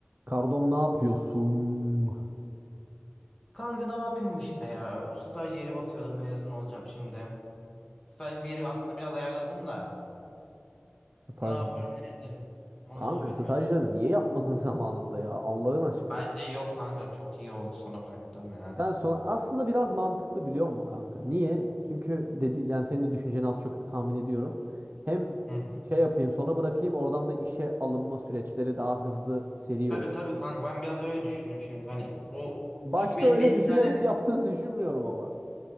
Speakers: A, on the right; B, on the left.
A: Kardom ne yapıyorsun?
B: Kanka ne yapayım işte ya. Staj yeri bakıyordum mezun olacağım şimdi. Staj bir yeri aslında biraz ayarladım da.
A: Stajyer.
B: Ne yaparım ne ederim onu
A: Kanka
B: bilmiyorum.
A: stajyer niye yapmadın <laughs> zamanında ya Allah'ın aşkına.
B: Bence yok kanka çok iyi oldu sona bıraktım ya.
A: Ben sonra aslında biraz mantıklı biliyor musun kanka? Niye? Çünkü dedi yani senin de düşünceni az çok tahmin ediyorum. Hem
B: Hı hı.
A: şey yapayım sonra bırakayım oradan da işe alınma süreçleri daha hızlı seri
B: Tabii
A: olur.
B: tabii kanka ben biraz da öyle düşündüm şimdi hani bu.
A: Başta
B: Çünkü benim
A: öyle
B: bir iki
A: düşünerek
B: tane.
A: yaptığını düşünmüyorum ama.